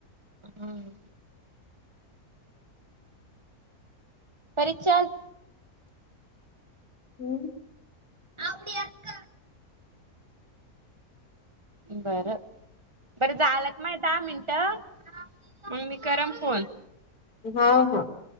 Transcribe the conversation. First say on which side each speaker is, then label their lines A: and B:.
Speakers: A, on the right (about 20°); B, on the left (about 75°).
A: हम्म. परी चल
B: हम्म.
A: अपडी अका <unintelligible> बरं बरं झालं का नाही दहा मिनटं? मग मी करन फोन
B: हा हा.